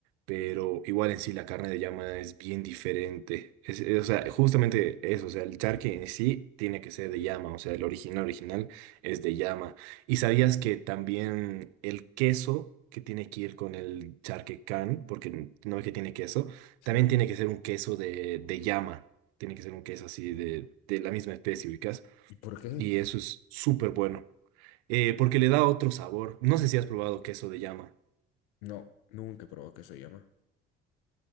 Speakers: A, on the right (about 70°); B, on the left (about 70°).
A: pero igual en sí la carne de llama es bien diferente. Es- es- o sea, justamente eso, o sea, el charque en sí tiene que ser de llama, o sea, el original original es de llama. ¿Y sabías que también el queso que tiene que ir con el charque can, porque no es que tiene queso,
B: ¿sí?
A: también tiene que ser un queso de, de llama, tiene que ser un queso así de, de la misma especie, ubicas,
B: ¿Y por qué?
A: y eso es súper bueno. eh, porque le da otro sabor. No sé si has probado queso de llama.
B: No, nunca probó que se llama.